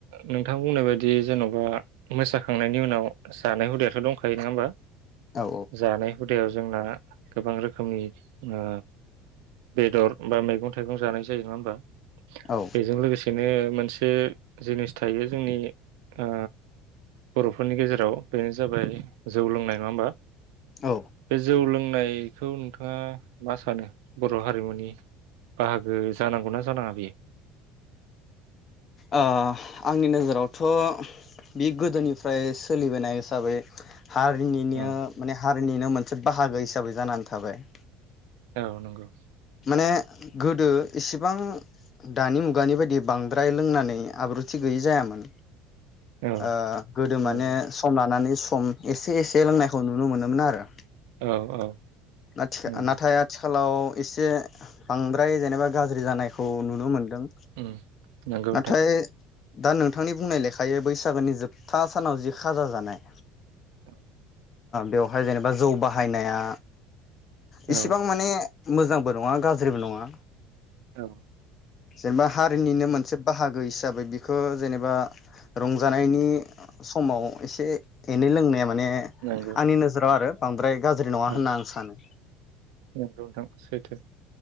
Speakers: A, on the right; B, on the left.
A: नोंथां बुंनाय बायदि जेन'बा मोसाखांनायनि उनाव जानाय हुदायाथ' दंखायो नङा होमबा
B: औ
A: जानाय हुदायाव जोंना गोबां रोखोमनि ओ बेदर बा मैगं थाइगं जानाय जायो नङा होमबा।
B: औ
A: बेजों लोगो बेनो मोनसे जिनिस थायो जोंनि आ बर'फोरनि गेजेराव बेनो जाबाय जौ लोंनाय नङा होमबा।
B: औ
A: बे जौ लोंनाय खौ नोंथाङा मा सानो बर' हारिमुनि बाहागो जानांगौना जानाङा बियो?
B: ओ आंनि नोजोरावथ' बि गोदोनिफ्राय सोलिबोनाय हिसाबै हारिनिनो
A: ओं
B: माने हा निनो मोनसे बाहागो हिसाबै जानानै थाबाय।
A: औ नंगौ
B: ने गोदो इसिबां दानि मुगानि बायदि बांद्राय लोंनानै आब्रुथि गैयि जायामोन।
A: औ
B: ओ गोदो माने
A: नंगौ
B: सम लानानै सम एसे एसे लोंनायखौ नुनो मोनोमोन आरो <inaudible>
A: औ औ
B: नाथिखा
A: नंगौ
B: नाथाय आथि खालाव एसे बांद्राय जेनेबा गाज्रि जानायखौ नुनो मोनदों
A: उम नंगौ नोंथां
B: नाथाय दा नोंथांनि बुंनाय लेखायै बैसागोनि जोबथा सानाव जि खाजा जानाय
A: औ
B: बेवहाय जेनेबा जौ बाहायनाया इसेबां
A: औ
B: माने मोजांबो नङा गाज्रिबो नङा
A: ओ
B: जेनेबा हारिनिनो मोनसे बाहागो हिस साबै बिखौ जेनेबा रंजानायनि समाव एसे एनै लोंनाया माने
A: नंगौ
B: आंनि नोजोराव आरो बांद्राय गाज्रि नङा
A: औ
B: होनना आं सानो।
A: नंगौ नोंथां सैथो।